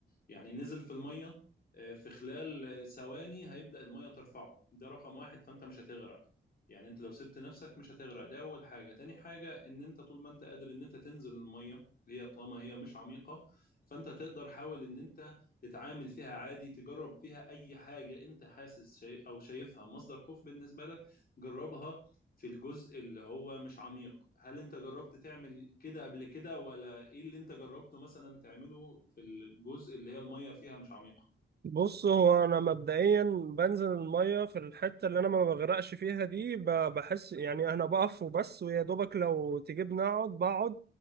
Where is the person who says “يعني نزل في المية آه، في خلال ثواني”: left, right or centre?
Left